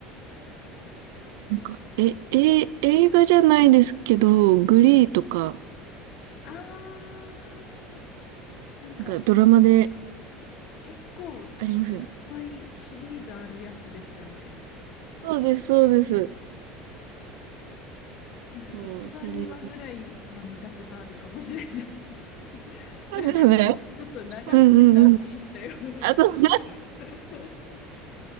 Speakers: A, on the left (about 40°); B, on the right (about 80°).
A: そうですね。
B: なんか、え、え、映画じゃないですけど、グリーとか、
A: はい。あー、なんか、
B: なんかドラマで
A: 結構、いっ
B: ありますよね。
A: ぱいシリーズあるやつですよね。
B: そうです、そうです。
A: なんか、
B: そう、
A: 一話、
B: それ。
A: 2話ぐらいは見たことあるかもしれない。<laughs>
B: なんですね。
A: なんか、ちょっと長くて断念したような気が。
B: うんうんうん。あ、そう。い
A: <laughs>